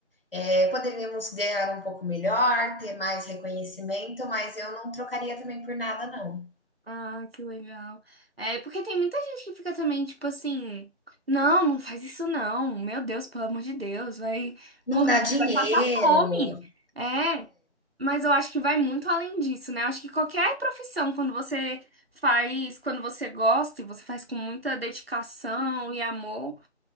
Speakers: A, on the left (about 50°); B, on the right (about 55°).
A: eh, poderíamos ganhar um pouco melhor, ter mais reconhecimento, mas eu não trocaria também por nada, não.
B: Ah, que legal. É, porque tem muita gente que fica também, tipo assim, não, não faz isso não. Meu Deus, pelo amor de Deus, vai
A: Não
B: morrer,
A: dá dinheiro.
B: vai passar fome. É, mas eu acho que vai muito além disso, né? Eu acho que qualquer profissão, quando você faz, quando você gosta e você faz com muita dedicação e amor,